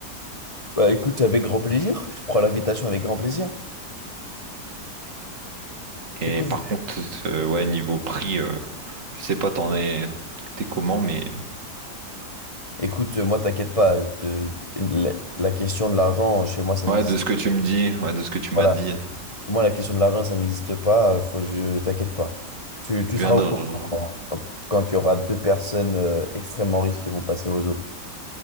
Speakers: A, on the left (about 20°); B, on the right (about 45°).
A: Bah, écoute, avec grand plaisir. Je prends l'invitation avec grand plaisir.
B: Et
A: Écoute,
B: par
A: je-
B: contre, euh, ouais, niveau prix, euh, je sais pas, t'en es, t'es comment, mais
A: écoute, euh, moi, t'inquiète pas. te- te- la, la question de l'argent, chez moi, ça
B: ouais,
A: n'existe
B: de ce que tu
A: pas.
B: me dis, ouais, de ce que tu m'as
A: Voilà.
B: dit,
A: Pour moi, la question de l'argent, ça n'existe pas. euh, Faut, je t'inquiète pas. Tu,
B: tu
A: tu seras
B: viens de,
A: au
B: re-
A: courant quand quand il y aura deux personnes euh, extrêmement riches qui vont passer aux eaux.